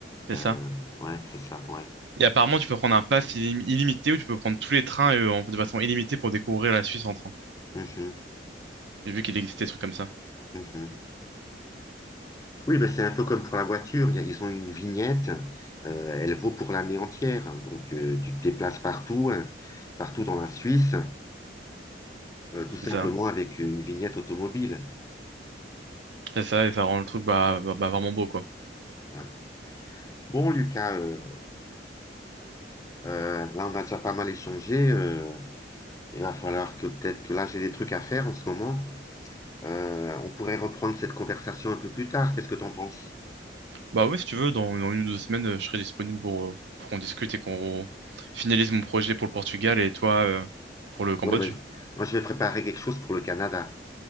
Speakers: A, on the right; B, on the left.
A: C'est ça?
B: Euh, ouais, c'est ça, ouais.
A: Et apparemment, tu peux prendre un pass illim- illimité ou tu peux prendre tous les trains euh, en- de façon illimitée pour découvrir la Suisse en train.
B: Mhm,
A: J'ai vu qu'il existait des trucs comme ça.
B: mhm. Oui, mais c'est un peu comme pour la voiture. Il y a- Ils ont une vignette, euh, elle vaut pour l'année entière. hein. Donc, euh, tu te déplaces partout, hein, partout dans la Suisse. euh, tout simplement
A: C'est ça.
B: avec une vignette automobile.
A: C'est ça, et ça rend le truc bah, bah, bah, vraiment beau, quoi.
B: Ouais. Bon, Lucas, euh, euh, là, on a déjà pas mal échangé. euh, il va falloir que peut-être que là, j'ai des trucs à faire en ce moment. Euh, on pourrait reprendre cette conversation un peu plus tard. Qu'est-ce que t'en penses?
A: Bah ouais, si tu veux, dans, dans une ou deux semaines, euh, je serai disponible pour, euh, pour qu'on discute et qu'on finalise mon projet pour le Portugal et toi euh, pour le Cambodge.
B: Ouais, ben, moi, je vais préparer quelque chose pour le Canada.